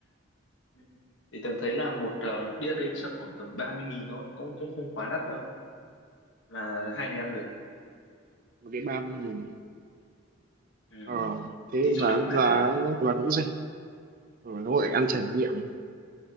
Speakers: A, on the left; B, on the right.
A: Ừ. thì tưởng thấy là một ờ, một đĩa đấy chắc khoảng tầm ba mươi nghìn thôi cũng cũng không quá đắt đâu mà hai người ăn được
B: Một đến ba mươi nghìn.
A: ừ.
B: Ờ, thế
A: đi
B: cũng
A: du
B: giá
A: lịch mà
B: giá là cũng rẻ. Ờ, nó gọi là
A: ừ.
B: ăn trải nghiệm.